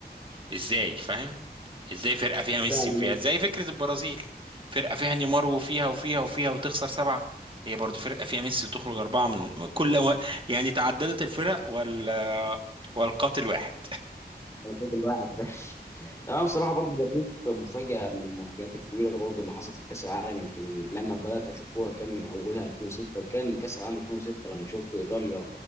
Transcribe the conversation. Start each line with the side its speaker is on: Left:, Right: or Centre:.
Right: ازاي فاهم ازاي فرقه فيها ميسي
Left: فعلا
Right: وفيها زي فكره البرازيل فرقه فيها نيمار وفيها وفيها وفيها وتخسر سبعه هي برضو فرقه فيها ميسي وتخرج اربعه من <laughs> كل و... يعني تعددت الفرق وال والقاتل واحد
Left: كانت الواحد انا بصراحه برضه بشوف مفاجاه من المفاجآت الكبيره برضه اللي حصلت في كاس العالم يمكن لما بدات اشوف كوره كان من اولها 2006 وكان كاس العالم 2006 لما شفت ايطاليا